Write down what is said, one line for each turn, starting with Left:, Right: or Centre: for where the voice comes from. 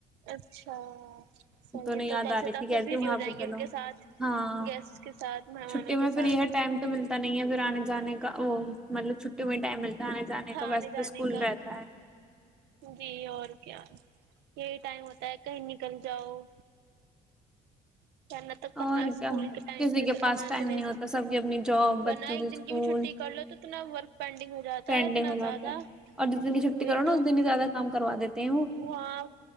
Right: اچھا صحیح ہے
Centre: نہیں
Right: تو
Centre: یاد
Right: کل
Centre: آ
Right: سے
Centre: رہی
Right: تو
Centre: تھی کہتی
Right: پھر بزی
Centre: وہاں
Right: ہو جائیں
Centre: پہ
Right: گے
Centre: چلو
Right: ان کے ساتھ
Centre: ہاں
Right: گیسٹ کے ساتھ مہمانوں
Centre: چھٹی میں
Right: کے
Centre: پھر
Right: ساتھ
Centre: یہ ٹائم تو ملتا نہیں ہے پھر جانے کا وہ مطلب چھٹی میں ٹائم ملتا ہے آنے جانے کا
Right: آنے
Centre: ویسے
Right: جانے
Centre: تو اسکول
Right: کا
Centre: رہتا ہے
Right: جی اور یہی ٹائم ہوتا ہے کہیں نکل جاؤ ورنہ تو کہاں
Centre: اور
Right: اسکول
Centre: کیا
Right: کے ٹائم
Centre: کسی
Right: پہ
Centre: کے
Right: تو
Centre: پاس
Right: کہاں
Centre: ٹائم
Right: سے نہیں
Centre: ہوتا سب کی اپنی جاب
Right: ورنہ
Centre: بچوں
Right: ایک
Centre: اسکول
Right: دن کی بھی چھٹی کر لو تو اتنا ورک پینڈنگ ہو جاتا
Centre: پینڈنگ
Right: ہے اتنا
Centre: ہو جاتا
Right: زیادہ
Centre: ہے اور جس دن کی چھٹی
Right: وہی
Centre: کرو نا
Right: تو
Centre: اس دن ہی زیادہ کام کروا دیتے ہیں وہ
Right: وہاں